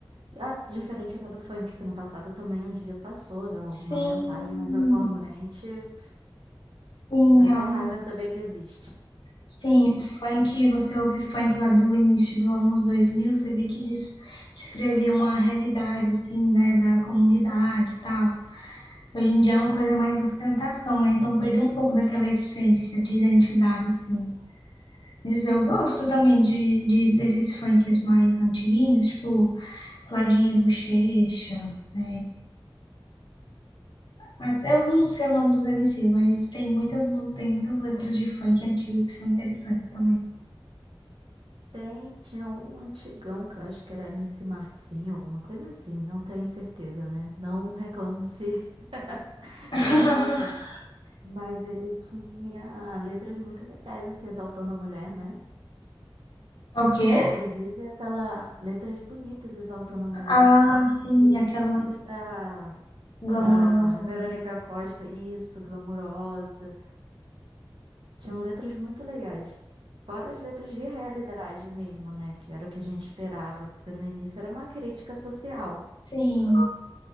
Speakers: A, on the right (about 70°); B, on the left (about 60°).
A: Já diferente até do funk, que no passado também um dia passou, deu alguma
B: Sim,
A: mensagem, mas atualmente pff,
B: sim,
A: dá
B: realmente
A: até raiva saber que existe.
B: Sim, o funk, você ouve funk lá do início do anos 2000 você vê que eles descreviam uma realidade, assim, né, da comunidade e tal. Hoje em dia é uma coisa mais ostentação, né? Então perdeu um pouco daquela essência de identidade, assim. Mas eu gosto também
A: Exato.
B: de, de desses funks mais antiguinhos, tipo Claudinho e Buchecha, é, até eu não sei o nome dos MCs, mas tem muitas, mu- tem muitas letras de funk antigo que são interessantes também.
A: Tem, tinha um antigão que eu acho que era MC Marcinho, alguma coisa assim, não tenho certeza, né? Não reclame se <laughs>
B: <laughs>
A: eu errar o nome. Mas ele tinha letras muito legais, assim, exaltando a mulher, né?
B: É O quê?
A: Inclusive aquela letras bonitas exaltando a mulher.
B: Ah, sim,
A: Inclusive
B: aquela
A: aquele da,
B: glamourosa.
A: da Verônica Costa, isso, Glamurosa. Tinham letras muito legais. Fora as letras de realidade mesmo, né? Que era o que a gente esperava, porque no início era uma crítica social.
B: Sim.